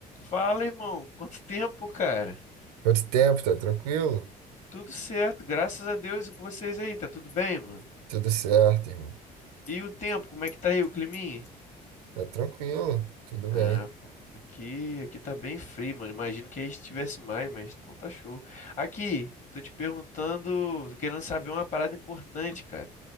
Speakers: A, on the left; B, on the right.
A: Fala, irmão. Quanto tempo, cara?
B: Quanto tempo? Tá tranquilo?
A: Tudo certo, graças a Deus. E com vocês aí, tá tudo bem, mano?
B: Tudo certo, irmão.
A: E o tempo, como é que tá aí, o climinha?
B: Tá tranquilo, tudo
A: Ah,
B: bem.
A: pô, aqui, aqui tá bem frio, mano. Imagino que aí estivesse mais, mas então tá show. Aqui, tô te perguntando, tô querendo saber uma parada importante, cara.